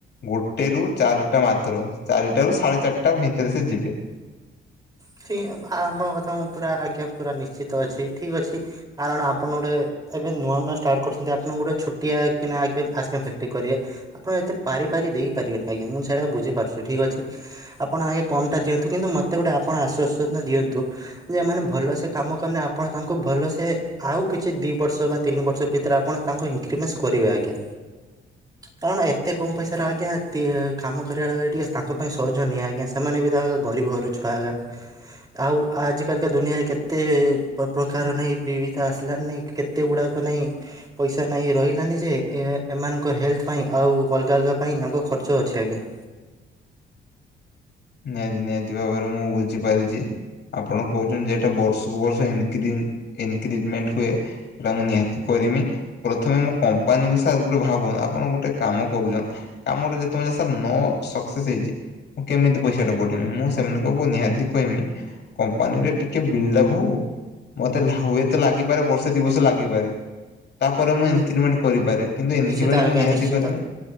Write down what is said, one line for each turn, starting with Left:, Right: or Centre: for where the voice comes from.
Left: ଗୋଟେ ରୁ ଚାରିଟା ମାତ୍ର ଚାରିଟା ରୁ ସାଢେ ଚାରିଟା ଭିତରେ ସେ ଯିବେ।
Right: <unintelligible> ଆପଣଙ୍କ କଥା ମୁଁ ପୁରା ଆଜ୍ଞା ପୁରା ନିଶ୍ଚିତ ଅଛି ଠିକ୍ ଅଛି କାରଣ ଆପଣ ଗୋଟେ ଏବେ ନୂଆ ନୂଆ ଷ୍ଟାର୍ଟ କରୁଛନ୍ତି ଆପଣଙ୍କୁ ଗୋଟେ ଛୋଟିଆ କି ନା ଆଗେ ଆସ୍କ୍ରିମ ଫେକ୍ଟ୍ରି କରିବେ ଆପଣ ଏତେ ପାରି ପାରି ଦେଇପାରିବେନି ଆଜ୍ଞା ମୁଁ ସେଇଟାକୁ ବଝି ପାରୁଚି ଠିକ୍ ଅଛି। ଆପଣ ଆଗେ କମ୍ଟା ଦିଅନ୍ତୁ କିନ୍ତୁ ମୋତେ ଗୋଟେ ଆପଣ ଆଶ୍ଵସନା ଦିଅନ୍ତୁ ଯେ ଏମାନେ ଭଲସେ କାମ କନେ ଆପଣ ତାଙ୍କୁ ଭଲସେ ଆଉ କିଛି ଦି ବର୍ଷ ବା ତିନି ବର୍ଷ ଭିତେରେ ଆପଣ ତାଙ୍କୁ ଇନ୍‌କ୍ରିମେସ କରିବେ ଆଜ୍ଞା। କାରଣ ଏତେ କମ ପଇସାରେ ଆଜ୍ଞା ତି କାମ କରିବା ଟିକେ ତାଙ୍କ ପାଇଁ ସହଜ ନିଏ ଆଜ୍ଞା ସେମାନେ ବି ତାଙ୍କର ଗରିବ ଘର ଛୁଆ ଉରା। ଆଉ ଆଜିକାଲିକତ ଦୁନିଆରେ କେତେ ପ୍ର ପ୍ରଖାର ନାଇଁ ବିବିଧ ଆସିଲାନା ନାହିଁ କେତେ ଗୁଡ଼ାକ ନାଇଁ। ପଇସା ନାହିଁ ରହିଲାନି ଯେ ଏ ଏମାନଙ୍କର ହେଲ୍ଥ ପାଇଁ ଆଉ ଅଲଗା ଅଲଗା ପାଇଁ ଆଙ୍କ ଖର୍ଚ୍ଚ ଅଛି ଆଜ୍ଞା।
Left: ନିହାତି ନିହାତି ଭାବରେ ମୁଁ ବୁଝିପାରିଚି। ଆପଣ କହୁଛନ୍ତି ଯେଟା ବର୍ଷକୁ ବର୍ଷ ଇନକ୍ରି ଇନକ୍ରିଜମେଣ୍ଟ ହୁଏ। ଏରା ମୁଁ ନିହାତି କରିମି। ପ୍ରଥମେ ମୋ କମ୍ପାନୀଙ୍କ ସା ଗୋଟେ ଭାବୁନ ଆପଣ ଗୋଟେ କାମ କରୁଚନ୍ କାମଟେ ଯେତବଳ ଯାଏ ସାର୍ ନ ସକ୍ସେସ୍ ହେଇଚି କେମି ଟେ ପଇସା ଟା ବଢିମି ମୁଁ ସେମାନଙ୍କଙ୍କୁ ନିହାତି କହିମି କମ୍ପାନିରେ ଟିକେ ବିଲ୍‌ଡ଼ା ହଉ ମତେ ଲା ହୁଏତ ଲାଗିପାରେ ବର୍ଷେ ଦିବସ ଲାଗିପାରେ। ତାପରେ ମୁଁ
Right: ହୁଁ
Left: ଇନକ୍ରିମେଣ୍ଟ କରିପାରେ କିନ୍ତୁ ଇନିକି
Right: ନିଶ୍ଚିତ
Left: ମେଣ୍ଟ
Right: ଆଜ୍ଞା
Left: ମୁଁ ନିହାତି
Right: ନିଶ୍ଚିତ
Left: କରିମି।